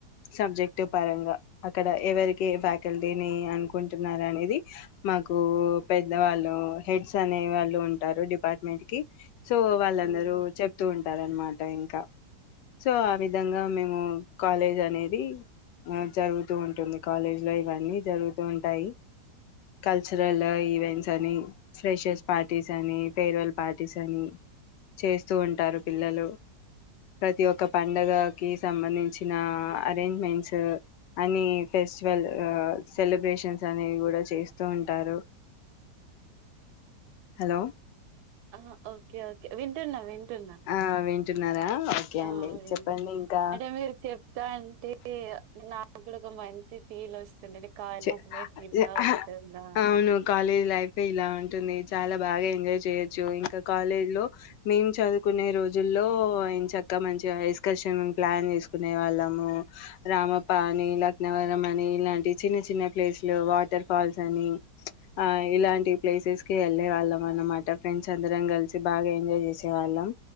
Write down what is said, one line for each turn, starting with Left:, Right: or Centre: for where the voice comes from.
Left: సబ్జెక్ట్ పరంగా అక్కడ ఎవరికి ఏ ఫ్యాకల్టీని అనుకుంటున్నారు అనేది మాకు పెద్ద వాళ్ళు హెడ్స్ అనే వాళ్ళు ఉంటారు డిపార్ట్మెంట్ కి సో వాళ్ళందరూ
Right: ఉమ్
Left: చెప్తూ ఉంటారు అన్నమాట అంట ఇంకా సో ఆ విధంగా మేము కాలేజ్ అనేది ఆ జరుగుతూ ఉంటుంది కాలేజ్ లో ఇవన్నీ జరుగుతూ ఉంటాయి కల్చరల్ ఈవెంట్స్ అని ఫ్రెషస్ పార్టీ పార్టీస్ అని ఫేర్వెల్ పార్టీస్ అని చేస్తూ ఉంటారు పిల్లలు ప్రతి ఒక్క పండగకి సంబంధించిన అరేంజ్మెంట్సు అనీ ఫస్టివల్ ఆ సెలబ్రేషన్ అనేవి కూడా చేస్తూ ఉంటారు హలో
Right: ఆ ఓకే ఓకే వింటున్న వింటున్నా
Left: ఆ వింటున్నారా ఓకే
Right: ఆ
Left: అండి
Right: వింటున్న
Left: చెప్పండి ఇంకా
Right: అంటే మీరు చెప్తా ఉంటే నాడు ఒక మంచి అ ఫీల్ వస్తుండేది కాలేజ్
Left: చె
Right: లైఫ్ ఇలా
Left: అహ
Right: ఉంటుందా
Left: అవును కాలేజ్ లైఫ్ ఇలా ఉంటుంది చాలా బాగా ఎంజాయ్ చేయొచ్చు ఇంకా కాలేజ్ లో మేము చదువుకునే రోజుల్లో ఎన చక్క మంచి ఎక్స్కర్షన్ ప్లాన్ చేసుకునే వాళ్ళము రామప్ప అని లక్నవర్ అని ఇలాంటి చిన్న చిన్న ప్లేస్లు వాటర్ ఫాల్స్ అని ఆ ఇలాంటి ప్లేసెస్ కి వెళ్ళే వాళ్ళం అన్నమాట ఫ్రెండ్స్ అందరం కలిసి బాగా ఎంజాయ్ చేసే వాళ్ళం